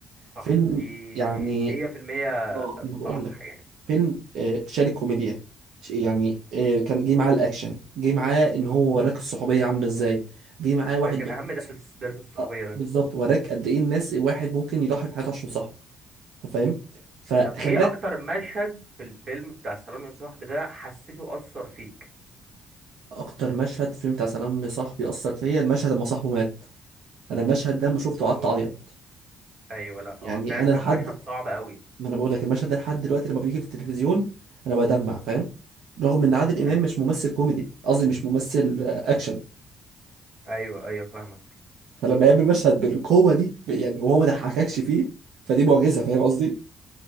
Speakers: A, on the right; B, on the right.
A: صح
B: فيلم
A: دي
B: يعني
A: مية في المية
B: اه ما انا بقول
A: صح
B: لك
A: يعني
B: فيلم آه، شال الكوميديا ش- يعني آه، كان جه معاه الاكشن جه معاه ان هو
A: م-
B: وراك الصحوبيه عامله ازاي جه معاه
A: ده
B: واحد
A: كان
B: بيحب
A: أهم درس درس الصحوبية
B: آه،
A: ده
B: بالظبط وراك قد ايه الناس الواحد ممكن يضحي بحياته عشان صاحبه انت فاهم فخلاك
A: طب إيه أكتر مشهد في الفيلم بتاع سلام يا صاحبي ده حسيته أثر فيك؟
B: اكتر مشهد في الفيلم بتاع سلام يا صاحبي اثر فيا المشهد لما صاحبه مات انا المشهد ده لما شفته
A: اه
B: قعدت اعيط
A: أيوه لأ
B: يعني
A: هو فعلا
B: انا
A: كان
B: لحد
A: مشهد صعب أوي
B: ما انا بقول لك المشهد ده لحد دلوقتي لما بيجي في التلفزيون انا بدمع فاهم رغم ان عادل امام
A: أيوه
B: مش ممثل كوميدي قصدي مش ممثل آه، اكشن
A: أيوه أيوه فاهمك
B: فلما يقابل مشهد بالقوه دي ب- يعني وهو ما ضحككش فيه فدي معجزه فاهم قصدي